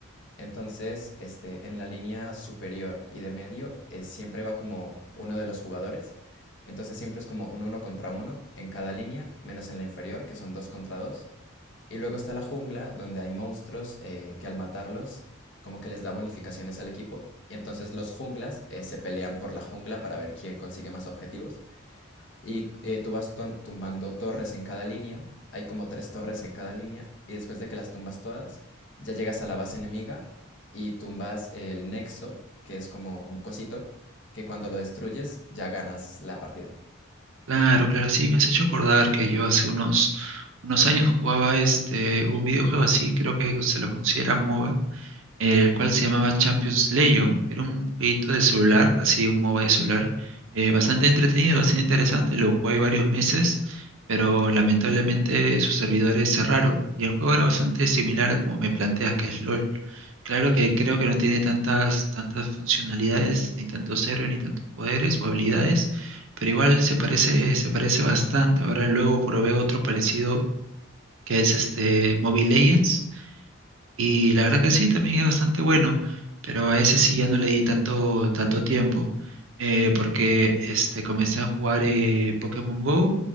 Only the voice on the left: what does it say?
Entonces, este, en la línea superior y de medio eh, siempre va como uno de los jugadores. Entonces siempre es como un uno contra uno en cada línea, menos en la inferior, que son dos contra dos. Y luego está la jungla, donde hay monstruos eh, que al matarlos, como que les da bonificaciones al equipo. Y entonces los junglas eh, se pelean por la jungla para ver quién consigue más objetivos. Y eh, tú vas ton- tumbando torres en cada línea. Hay como tres torres en cada línea. Y después de que las tumbas todas, ya llegas a la base enemiga y tumbas el nexo, que es como un cosito, que cuando lo destruyes ya ganas la partida.